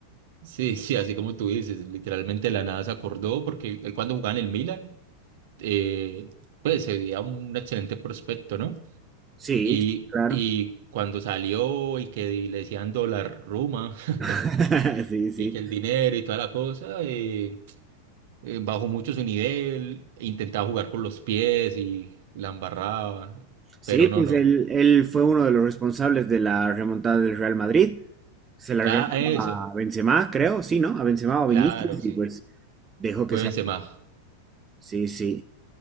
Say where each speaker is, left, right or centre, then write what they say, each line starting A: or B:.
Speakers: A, on the right; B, on the right.
A: Sí, sí, así como tú dices, literalmente de la nada se acordó porque él cuando jugaba en el Milan, eh, pues se veía un excelente prospecto, ¿no?
B: Sí,
A: Y,
B: sí, claro.
A: y cuando salió y que le decían dólar Roma <laughs>
B: <laughs> Sí, sí.
A: y que el dinero y toda la cosa, eh, eh, bajó mucho su nivel, intentaba jugar con los pies y la embarraba,
B: Sí,
A: pero no,
B: pues
A: no.
B: él, él fue uno de los responsables de la remontada del Real Madrid. Se la
A: Tra-
B: regaló
A: eso,
B: a Benzema, creo, sí, ¿no? A Benzema o a
A: claro,
B: Vinicius
A: sí,
B: y pues dejó que
A: fue
B: sea.
A: Benzema.
B: Sí, sí.